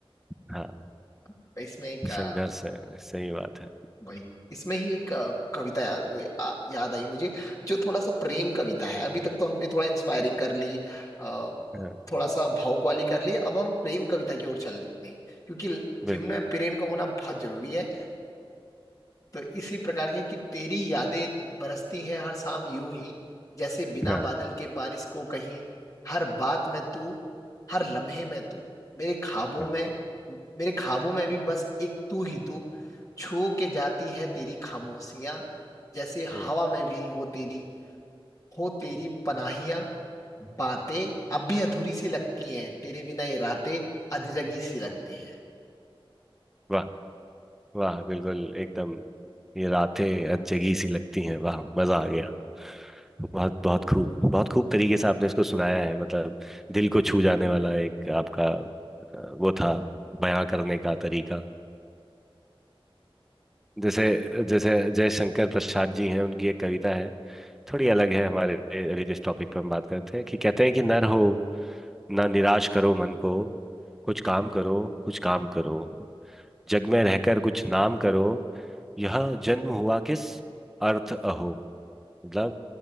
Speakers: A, in the centre; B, on the left.
A: हाँ
B: तो इसमें एक अ,
A: संघर्ष है सही बात है
B: वही इसमें ही एक अ, कविता याद आ- याद आई मुझे जो थोड़ा सा प्रेम कविता है अभी तक तो हमने थोड़ा इंस्पायरिंग कर ली अ,
A: हाँ
B: थोड़ा सा भावुक वाली कर ली अब हम प्रेम कविता की ओर चल रहे हैं क्योंकि
A: बिल्कुल
B: जीवन में प्रेम का होना बहुत जरूरी है तो इसी प्रकार के कि तेरी यादें बरसती हैं हर शाम यूं ही जैसे बिना
A: हाँ
B: बादल के बारिश को कहीं हर बात में तू हर लम्हे में तू मेरे ख्वाबों
A: हाँ
B: में मेरे ख्वाबों में भी बस एक तू ही तू छू के जाती है तेरी खामोशियां जैसे
A: हम्म
B: हवा में भी हो तेरी हो तेरी पनाहियां बातें अब भी अधूरी सी लगती हैं तेरे बिना ये रातें अधजगी सी लगती
A: हम्म,
B: हैं
A: वाह वाह बिल्कुल एकदम ये रातें अजगी सी लगती हैं वाह मजा आ गया बहुत बहुत खूब बहुत खूब तरीके से आपने इसको सुनाया है मतलब दिल को छू जाने वाला एक आपका अ, वो था बयां करने का तरीका जैसे जैसे जयशंकर प्रसाद जी हैं उनकी एक कविता है थोड़ी अलग है हमारे अभी जिस टॉपिक पर हम बात करते हैं कि कहते हैं कि नर हो ना निराश करो मन को कुछ काम करो कुछ काम करो जग में रहकर कुछ नाम करो यह जन्म हुआ किस अर्थ अहो मतलब